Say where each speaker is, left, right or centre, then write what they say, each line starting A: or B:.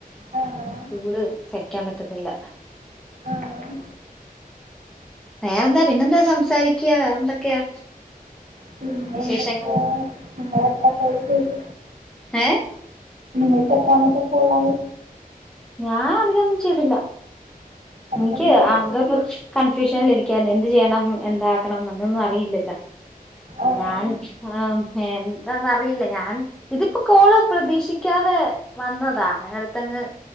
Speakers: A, on the right (about 65°); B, in the centre.
A: ആഹ്
B: ചൂട് സഹിക്കാൻ പറ്റത്തില്ല
A: ആഹ്
B: വേറെന്താ പിന്നെന്താ സംസാരിക്കയാ വേറെന്തൊക്കെയാ
A: പിന്നെ
B: വിശേഷങ്ങൾ
A: എന്തൊക്കെയാ നിങ്ങ
B: ഏഹ്
A: <unintelligible> നിക്കത്രമത്തെ പോളായി
B: ഞാൻ അതിനൊന്നും ചെയ്തില്ല
A: അധികം
B: എനിക്ക്
A: ചെയ്തിട്ടില്ല
B: ആ ഒരു കൺഫ്യൂഷനല് ഇരിക്കരുന്നു എന്ത് ചെയ്യണം എന്താ ക്കണംനൊന്നും അറിയില്ലല്ല
A: ആഹ്
B: ഞാൻ ഇതാന്ന് അറിയില്ല ഞാൻ ഇതിപ്പോ കോള് പ്രതീക്ഷിക്കാതെ വന്നതാണ് അടുത്തങ്ങ്